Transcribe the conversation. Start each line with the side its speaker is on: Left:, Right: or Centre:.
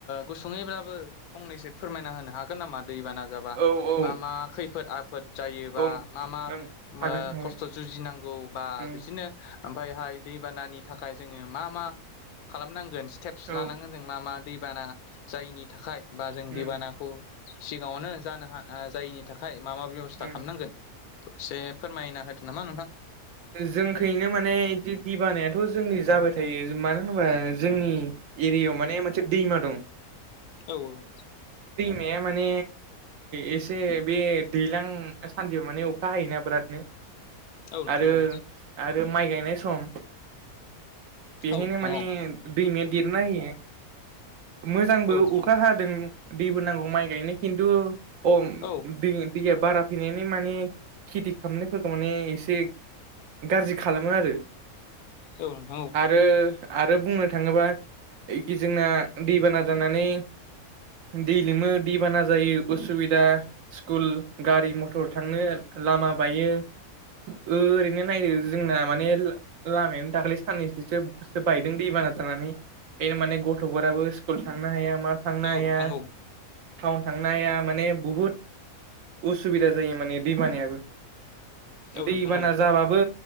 Left: गुसुङैब्लाबो फंनैसो फोरमायना होनो हागोन नामा दै बाना जाबा
Right: औ औ
Left: मा मा खैफोद आफोद जायो बा
Right: ओं
Left: मा मा ओ
Right: हागोन हागोन
Left: खस्थ जु जिनांगौ बा
Right: ओम
Left: बिदिनो ओमफाय हाय दै बाना नि थाखाय जोङो मा मा खालामनांगोन स्टेप्स
Right: औ
Left: लानांगोन जों मा मा दै बाना जायिनि थाखाय बा
Right: ओम
Left: जों दैबानाखौ सिगाङावनो जानो हा जायैनि थाखाय मा मा बेब'स्था
Right: ओम
Left: खालामनांगोन एसे फोरमायना होदो नामा नोंथां?
Right: जोंखैनो माने इदि दै बानायाथ' जोंनि जाबाय थायो मानो होनोबा जोंनि एरियायाव माने मानसे दैमा दं
Left: औ औ
Right: या माने एसे बे दैलां सानदियाव माने अखा हायोना बिरादनो।
Left: औ नोंथां
Right: आरो
Left: औ
Right: आरो माइ गायनाय सम बेहायनो
Left: औ नोंथां
Right: माने
Left: औ
Right: दैमाया देरना होयो मोजांबो
Left: औ नोंथां
Right: अखा हादों। दै बो नांगौ माइ गायनो किन्थु अ
Left: औ
Right: दै दैया। बारा फैनायनि माने खेथि खालामनायफोरखौ माने एसे गाज्रि खालामो आरो
Left: औ नोंथां औ
Right: आ आरो बुंनो थाङोबा एखि जोंना दैबाना जानानै। दै लोमो दैबाना जायो उसुबिदा स्कुल गारि मथर थांनो। लामा बायो।
Left: <inaudible>
Right: ओरैनो नायो जोंना माने ला-लामायानो दाखालै साननैसोसो सो बायदों दै बाना जानानै। बेनो माने गथ'फोराबो स्कुल थांनो हाया मा थांनो
Left: औ
Right: हाया।
Left: नोंथां औ
Right: टाउन थांनाया माने बुहुद असुबिदा जायो माने दैमानियाबो
Left: औ
Right: दैबाना
Left: नोंथां औ
Right: जाबाबो